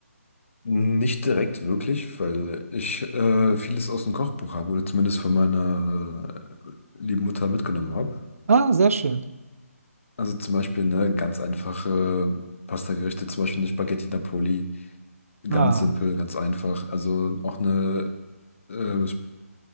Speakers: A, on the left; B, on the right.
A: Nicht direkt wirklich, weil ich äh, vieles aus dem Kochbuch habe oder zumindest von meiner äh, lieben Mutter mitgenommen habe.
B: Ah, sehr schön.
A: Also zum Beispiel ne, ganz einfache Pastagerichte, zum Beispiel eine Spaghetti Napoli. Ganz
B: Ah,
A: simpel, ganz einfach. Also auch eine äh,